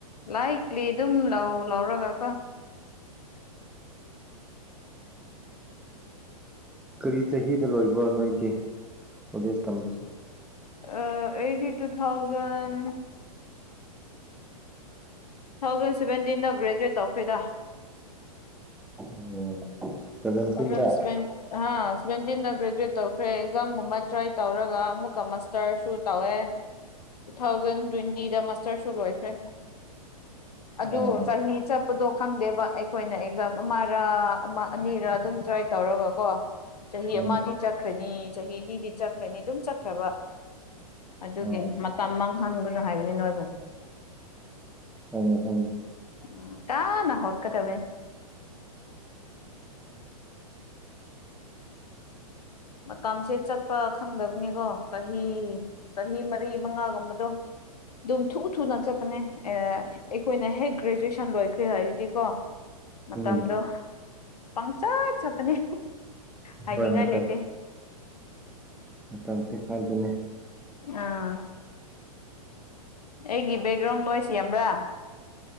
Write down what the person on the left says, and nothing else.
ꯂꯥꯏꯛꯂꯤ ꯑꯗꯨꯝ ꯂꯧ ꯂꯧꯔꯒ ꯀꯣ
ꯑ ꯑꯩꯗꯤ ꯇꯨ ꯊꯥꯎꯖꯟ ꯇꯨ ꯊꯥꯎꯖꯟ ꯁꯚꯦꯟꯇꯤꯟꯗ ꯒ꯭ꯔꯦꯖꯨꯋꯦꯠ ꯇꯧꯈ꯭ꯔꯦꯗ
<unintelligible> ꯍꯥ ꯁꯚꯦꯟꯇꯤꯟꯗ ꯒ꯭ꯔꯦꯖꯨꯋꯦꯠ ꯇꯧꯈ꯭ꯔꯦ ꯑꯦꯛꯖꯥꯝꯒꯨꯝꯕ ꯇ꯭ꯔꯥꯏ ꯇꯧꯔꯒ ꯑꯃꯨꯛꯀ ꯃꯥꯁ ꯇꯔꯁꯨ ꯇꯧꯋꯦ ꯇꯨ ꯊꯥꯎꯖꯟ ꯇꯣꯏꯟꯇꯤꯗ ꯃꯥꯁꯇꯔꯁꯨ ꯂꯣꯏꯈ꯭ꯔꯦ ꯑꯗꯨ
ꯆꯍꯤ ꯆꯠꯄꯗꯣ ꯈꯪꯗꯦꯕ ꯑꯩꯈꯣꯏꯅ ꯑꯦꯛꯖꯥꯝ ꯑꯃꯔ ꯑꯃ ꯑꯅꯤꯔ ꯑꯗꯨꯝ ꯇ꯭ꯔꯥꯏ ꯇꯧꯔꯒ ꯀꯣ ꯆꯍꯤ
ꯑꯃꯗꯤ ꯆꯠꯈ꯭ꯔꯅꯤ ꯆꯍꯤ ꯑꯅꯤꯗꯤ ꯆꯠꯈ꯭ꯔꯅꯤ ꯑꯗꯨꯝ ꯆꯠꯈ꯭ꯔꯕ ꯑꯗꯨꯒꯤ
ꯃꯇꯝ ꯃꯥꯡꯍꯟꯒꯅꯨ ꯍꯥꯏꯕꯅꯤ ꯅꯣꯏꯕꯨ
ꯎꯝ ꯇꯥꯅ ꯍꯣꯠꯀꯗꯕꯩ ꯃꯇꯝꯁꯦ ꯆꯠꯄ ꯈꯪꯗꯕꯅꯤꯀꯣ ꯆꯍꯤ ꯆꯍꯤ ꯃꯔꯤ ꯃꯉꯥꯒꯨꯝꯕꯗꯣ ꯑꯗꯨꯝ ꯊꯨ ꯊꯨꯅ ꯆꯠꯄꯅꯦ ꯑꯦ ꯑꯩꯈꯣꯏꯅ ꯍꯦꯛ ꯒ꯭ꯔꯦꯖꯨꯋꯦꯁꯟ ꯂꯣꯏꯈ꯭ꯔꯦ ꯍꯥꯏꯔꯗꯤ ꯀꯣ ꯃꯇꯝꯗꯣ
ꯄꯪꯆꯠ ꯆꯠꯄꯅꯤ ꯍꯥꯏꯅꯤꯡꯉꯥꯏ
ꯂꯩꯇꯦ
ꯑꯥ ꯑꯩꯒꯤ ꯕꯦꯛꯒ꯭ꯔꯥꯎꯟ ꯅꯣꯏꯁ ꯌꯥꯝꯕ꯭ꯔꯥ